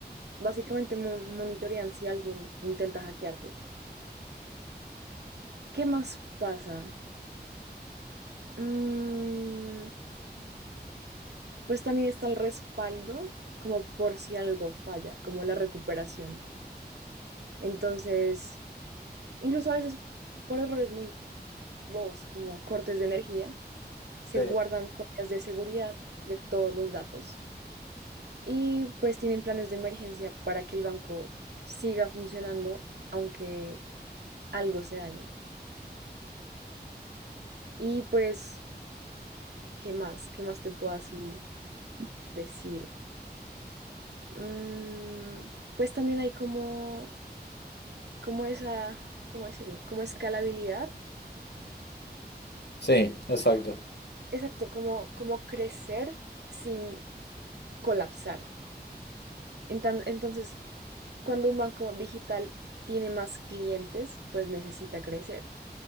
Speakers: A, on the right (about 75°); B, on the left (about 80°).
A: básicamente mo- monitorean si alguien intenta hackearte. ¿Qué más pasa? Mm, pues también está el respaldo, como por si algo falla, como la recuperación. Entonces, incluso a veces por errores muy bobos, como cortes de energía, se
B: sí.
A: guardan copias de seguridad de todos los datos y pues tienen planes de emergencia para que el banco siga funcionando aunque algo se dañe. Y pues, ¿qué más? ¿Qué más te puedo así decir? Mm, pues también hay como, como esa, ¿cómo decirlo? Como escalabilidad.
B: Sí, exacto.
A: Exacto, como, como crecer sin colapsar. Entan- Entonces, cuando un banco digital tiene más clientes, pues necesita crecer.